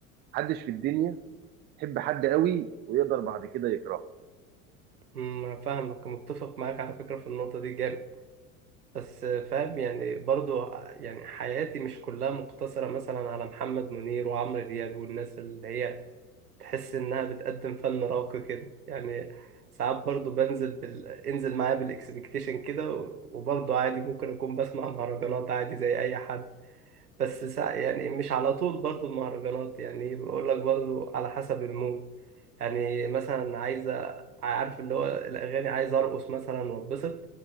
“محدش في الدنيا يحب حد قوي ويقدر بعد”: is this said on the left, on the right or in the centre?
Right